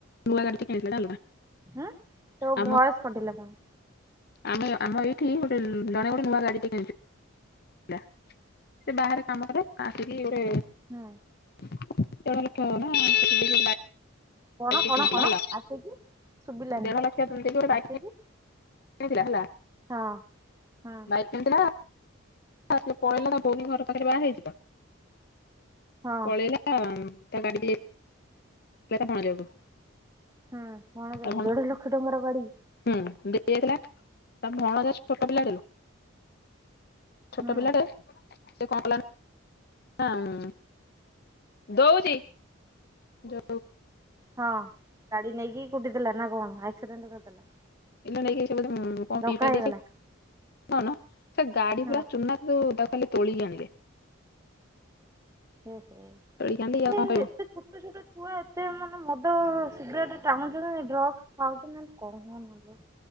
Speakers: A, on the left; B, on the right.
A: ନୂଆ ଗାଡିଟେ କିଣିଥିଲା ଜାଣିଲୁ ନା
B: ତୋ
A: ଆମ
B: ଭଏସ୍ କଟିଲା ପୁଣି।
A: ଆମେ ଆମ ଏଇଠି ଗୋଟେ ଲ ଜଣେ ଗୋଟେ ନୂଆ ଗାଡିଟେ କିଣିଥି ଲା, ସେ ବାହାରେ କାମକରେ ଆସିକି ଗୋଟେ
B: ହୁଁ।
A: <inaudible> ବାଇକ୍
B: କଣ କଣ
A: କିଣିଥିଲା
B: କଣ
A: ହେଲା
B: ଆସିକି ଶୁଭିଲାନି?
A: ଦେଢ ଲକ୍ଷ ଦେଇକି ଗୋଟେ ବାଇକ୍
B: ଆସିକି
A: କିଣିଥିଲା ହେଲା
B: ହଁ- ହଁ।
A: ବାଇକ୍ କିଣିଥିଲା <unintelligible> ପଳେଇଲା ନା ଭଉଣୀ ଘର ପାଖେରେ ବାହା ହେଇଚି ତ,
B: ହଁ
A: ପଳେଇଲା <unintelligible> ତା ଗାଡି <unintelligible>
B: ହଁ ଅଣାଯିବ,
A: ତା ଭଣ
B: ଦେଢ ଲକ୍ଷ ଟଙ୍କାର ଗାଡି
A: ହୁଁ ଦେଇକିଯାଇଥିଲା ତା ଭଣଜାର ଛୋଟ ପିଲାଟାକୁ ଛୋଟ
B: ହୁଁ
A: ପିଲାଟେ ସେ କଣ ହେଲା ନା, ଦଉଛି ଯଉ
B: ହଁ ଗାଡି ନେଇକି କୁଟିଥିଲା ନା କଣ ଆକ୍ସିଡେଣ୍ଟ କରିଦେଲା?
A: ଏ ନେଇକି ସେ କଣ
B: ଧକ୍କା
A: ପିଇପା
B: ହେଇଗଲା
A: ଦେଇଛି କଣ ସେ ଗାଡି
B: ହଁ
A: ପୁରା ଚୁନା ଯୋଉ ତାକୁ ଖାଲି ତୋଳିକି ଆଣିଲେ।
B: ହଁ ହଁ ସେଇ
A: ତୋଳିକି ଆଣିଲେ ଇଏ ଆଉ କଣ କହିବ
B: ଏତେ ଛୋଟ ଛୋଟ ଛୁଆ ଏତେ ମାନେ ମଦ, ଶୀଘ୍ରେଟ୍ ଟାଣୁଛନ୍ତି, ଡ୍ରଗ୍ସ ଖାଉଛନ୍ତି କହନି।